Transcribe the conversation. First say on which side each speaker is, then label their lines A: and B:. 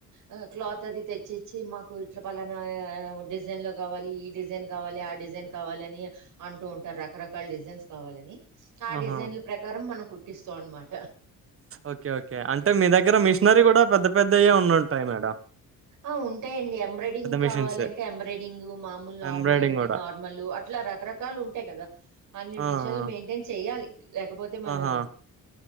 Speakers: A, on the right; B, on the right.
A: అ క్లాత్ అది తెచ్చిచ్చి మాకు ఇట్లా పలానా డిజైన్లో కావాలి, ఈ డిజైన్ కావాలి, ఆ డిజైన్ కావాలి అని, అంటూ ఉంటారు రకరకాల డిజైన్స్ కావాలని ఆ
B: ఆహా!
A: డిజైన్ల ప్రకారం మనం కుట్టిస్తావ్ అన్మాట
B: ఓకే ఓకే అంటే మీ దగ్గర మిషనరీ కూడా పెద్ద పెద్దయే ఉండు ఉంటాయి మేడంమ్
A: ఆ ఉంటాయండి ఎంబ్రాయిడింగ్
B: మిషన్సే.
A: కావాలంటే ఎంబ్రాయిడింగ్ మామూలు నార్మల్
B: ఎంబ్రాయిడింగ్
A: అంటే
B: గూడా.
A: నార్మలు అట్లా రకరకాలు ఉంటాయి. కదా అన్ని
B: ఆ!
A: మిషిన్లు
B: ఆ!
A: మెయింటైన్ చెయాలి. లేకపోతే మనం
B: ఆహా!